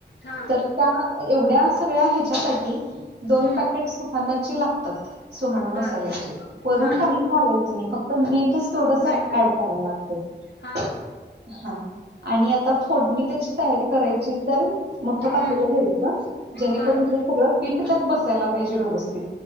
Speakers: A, on the left (about 75°); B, on the right (about 65°).
A: हा
B: तर त्या एवढ्या सगळ्या ह्याच्यासाठी दोन
A: हम्म
B: पॅकेट सुहाणाचे लागतात सुहाणा मसाल्याचे.
A: बर
B: वरून
A: हा
B: काहीच
A: हा
B: घालायचं नाही फक्त मीठच थोडस
A: मिळत
B: ऍड करायला लागत.
A: हा
B: हा आणि आता फोडणी ची तयारी करायची तर मोठ पातेला
A: हम्म
B: घ्यायच जेणेकरून
A: बर
B: हे सगळं हिटकत बसायला पाहिजे व्यवस्थित.